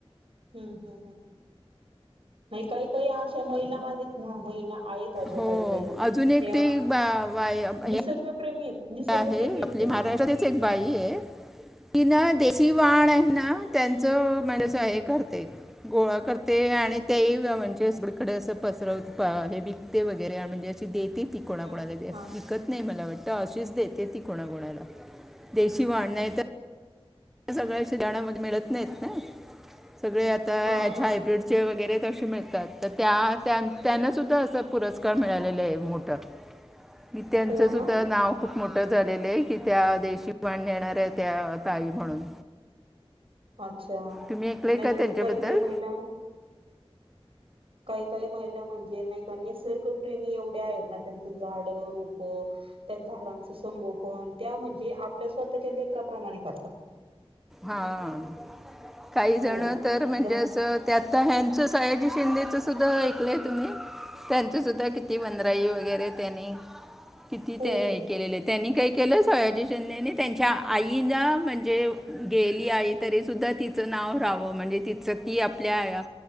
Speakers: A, on the right (about 65°); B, in the centre.
A: हम्म हम् हम् नाही काही काही अशा महिला आहेत ना महिला आहेत अशा
B: हो
A: काही काही
B: अजून एकटी
A: ज्या
B: बा बाय हे
A: निसर्गप्रेमी आहेत निसर्गप्रेमी
B: आहे
A: आहेत
B: आपली
A: त्या
B: महाराष्ट्रातच एक बाई आहे ति ना देशी वाण आहे ना त्यांचं म्हणजे हे करते गोळा करते ते आणि त्या म्हणजेकडे असं पसरवत हे विकते वगैरे म्हणजे अशी देत ती पकोणा
A: हा
B: कोणाला
A: हा हा
B: विकत
A: ह
B: नाही मला वाटतं अशीच दे देती कोणा कोणाला देशी वाढ नाही तर सगळ्या शधणामध्ये मिळत नाहीत ना सगळे आता
A: हा
B: हच्या
A: हा
B: हायब्रीडचे वगैरे त मिळतात तर त्या त्यांना सुद्धा असं पुरस्कार मिळालेले आहे मोठा मी त्यांचं
A: हो
B: सुद्धा
A: ना
B: नाव खूप मोठ झालेलं आहे की त्या देशी बाण येणारऱ आहे त्या ताई म्हणून
A: अच्छा
B: तुम्ही ऐकलंय
A: नाही
B: का
A: काही
B: त्यांच्याबद्दल
A: काही काही महिला काही काही महिला म्हणजे नाही का निसर्गप्रेमी एवढ्या आहेत ना त्यांच झाडे रोप त्या झाडाचे संगोपन त्या म्हणजे आपल्या स्वतःच्या लेकराप्रमाणे करतात
B: हां काही
A: हो
B: जण तर म्हणजे
A: जा
B: असं त्यात हचं सायाजी शिंदेचं सुद्धा ऐकलंय तुम्ही त्यांच सुद्धा किती वनराई वगैरे त्यांनी किती
A: हो
B: ते हे
A: हो हो
B: केलेलं त्यांनी काय केलं सयाजी शिंदेने त्यांच्या आईना म्हणजे गेली आहे तरी सुद्धा तिचं नाव राहावं म्हणजे तिचं ती आपल्या